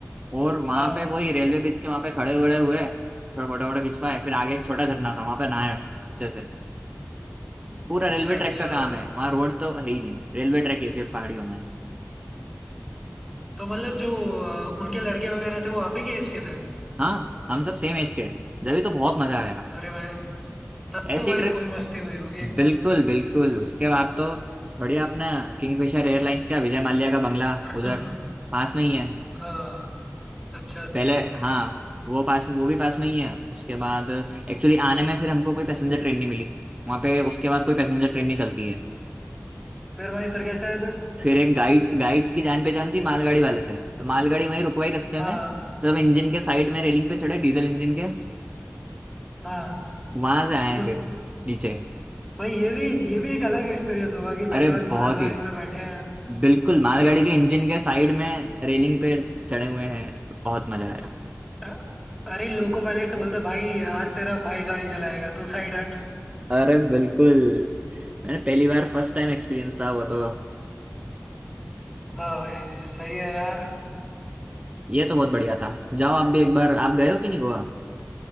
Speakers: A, on the right; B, in the centre.
A: और वहां
B: हाँ
A: पे
B: हाँ।
A: वही रेलवे ब्रिज के वहां पे खड़े हुए हुए फिर फोटो वोटो खिंचवाए फिर आगे एक छोटा झरना था वहां पे नहाया अच्छे से पूरा
B: अच्छा
A: रेलवे
B: अच्छा
A: ट्रैक का काम है वहाँ रोड तो है ही नहीं रेलवे ट्रैक है सिर्फ पहाड़ियों में
B: तो मतलब जो आ, उनके लड़के वगैरह थे वो आप ही के एज के थे
A: हाँ हम सब सेम एज के जब तो बहुत मजा आया
B: अरे भाई तब
A: ऐसी
B: तो भाई
A: ट्रिप्स
B: फुल मस्ती हुई होगी एकदम
A: बिल्कुल बिल्कुल उसके बाद तो बढ़िया अपना किंगफिशर एयरलाइंस का विजय माल्या का बंगला
B: <laughs>
A: उधर पास में ही है
B: हाँ अच्छा अच्छा
A: पहले हाँ वो पास में वो भी पास में ही है उसके बाद एक्चुअली आने में फिर हमको कोई पैसेंजर ट्रेन नहीं मिली वहाँ पे उसके बाद कोई पैसेंजर ट्रेन नहीं चलती है
B: फिर भाई फिर कैसे आए थे
A: फिर एक गाइड गाइड की जान पहचान थी मालगाड़ी वाले से तो मालगाड़ी वहीं रुकवाई रास्ते
B: हाँ
A: में सब इंजन के साइड में रेलिंग पे चढ़े डीजल इंजन के
B: हाँ
A: वहां से आए हैं
B: <laughs>
A: फिर नीचे
B: भाई ये भी ये भी एक अलग एक्सपीरियंस होगा कि
A: अरे
B: पहली बार
A: बहुत
B: माल गाड़ी
A: ही
B: में बैठे हैं
A: बिल्कुल मालगाड़ी
B: हाँ
A: के इंजन के साइड में रेलिंग पे चढ़े हुए हैं बहुत मजा आया
B: अ- अरे लोको पायलट से बोलते भाई आज तेरा भाई गाड़ी चलाएगा तू साइड हट
A: अरे बिल्कुल मैंने पहली बार फर्स्ट टाइम एक्सपीरियंस था वो तो
B: हाँ भाई सही है यार
A: ये तो बहुत बढ़िया था जाओ आप भी एक बार आप गए हो कि नहीं गोवा